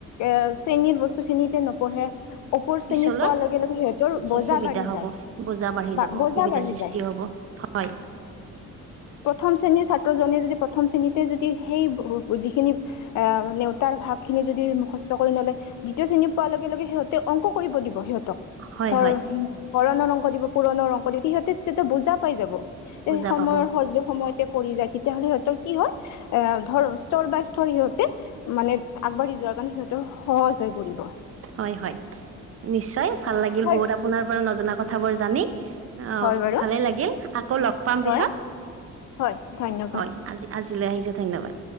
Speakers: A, on the left (about 70°); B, on the right (about 50°).
A: এ শ্ৰেণীৰ বস্তু শ্ৰেণীতে নপঢ়ে ও <unintelligible> ওপৰ
B: পিছলৈ
A: শ্ৰেণীত পোৱাৰ লগে লগে সিহঁতৰ বজা
B: অসুবিধা
A: বাঢ়ি
B: হ'ব
A: যায়
B: বোজা বাঢ়ি
A: বা
B: যাব
A: বজা
B: অসুবিধাৰ
A: বাঢ়ি
B: সৃষ্টি
A: যায়।
B: হ'ব হয়
A: প্ৰথম শ্ৰণীৰ ছাত্ৰ জনে যদি প্ৰথম শ্ৰেণীতে যদি সেই যিখিনি অ নেওতাৰ ভাগ খিনি যদি মুখস্ত কৰি নলয়। দ্বিতীয় শ্ৰেণী পোৱা লগে লগে সিহঁতে অংক কৰিব দিব। সিহঁতক
B: হয়
A: ধৰ
B: হয়
A: হৰণৰ অংক দিব, পুৰণৰ অংক দিব সিহঁতেটো বুজা পাই যাব। সময়ৰ
B: বুজা পাব
A: স সময়তে কৰি যায় তেতিয়া হ'লে সিহঁতৰ কি হয়। এ ধৰ সৰ বা সিহঁতে মানে আগবাঢ়ি যোৱাৰ কাৰণে সিহঁতেৰ সহজ হৈ পৰিব।
B: হয়। হয়। নিশ্চয় ভাল লাগিল
A: হয়
B: বহুত আপোনাৰ পৰা নজনা কথাবোৰ জানি। অ
A: হয় বাৰু
B: ভালে লাগিল আকৌ লগ পাম পিছত
A: হয় হয় ধন্যবাদ
B: হয়। আজি আজি আহিছো ধন্যবাদ।